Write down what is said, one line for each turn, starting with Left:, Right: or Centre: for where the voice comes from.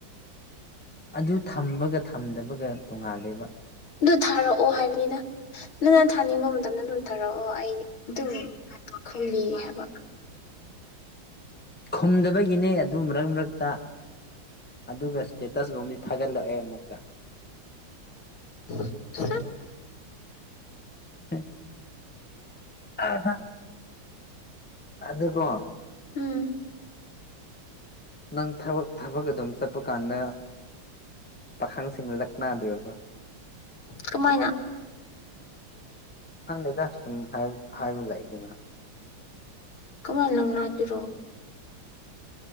Centre: ꯑꯗꯨ ꯊꯝꯕꯒ ꯊꯝꯗꯕꯒ ꯇꯣꯡꯉꯥꯜꯂꯦꯕ
Left: ꯗꯨ ꯊꯥꯔꯛꯑꯣ ꯍꯥꯏꯕꯅꯤꯗ ꯅꯪꯅ ꯊꯥꯅꯤꯡꯕ ꯃꯇꯝꯗ ꯗꯨꯝ ꯊꯥꯔꯛꯑꯣ ꯑꯩ ꯗꯨꯝ ꯈꯨꯝꯕꯤ ꯍꯩꯕ
Centre: ꯈꯨꯝꯗꯕꯒꯤꯅꯦ ꯑꯗꯨ ꯃꯔꯛ ꯃꯔꯛꯇ ꯑꯗꯨꯒ ꯁ꯭ꯇꯦꯇꯁꯒꯨꯝꯕꯗꯤ ꯊꯥꯒꯠꯂꯛꯑꯦ ꯑꯃꯨꯛꯀ
Left: <unintelligible>
Centre: ꯑꯦ ꯑꯍ ꯑꯗꯨꯀꯣ
Left: ꯎꯝ
Centre: ꯅꯪ ꯊꯕꯛ ꯊꯕꯛ ꯑꯗꯨꯝ ꯆꯠꯄ ꯀꯥꯟꯗ ꯄꯥꯈꯪꯁꯤꯡꯅ ꯂꯛꯅꯗ꯭ꯔꯕ
Left: ꯀꯃꯥꯏꯅ
Centre: ꯈꯪꯗꯦꯗ ꯁꯨꯝ ꯍꯥꯏ ꯍꯥꯏꯕ ꯂꯩꯗꯅ
Left: ꯀꯃꯥꯏꯟ ꯂꯪ ꯅꯥꯛꯀꯤꯔꯣ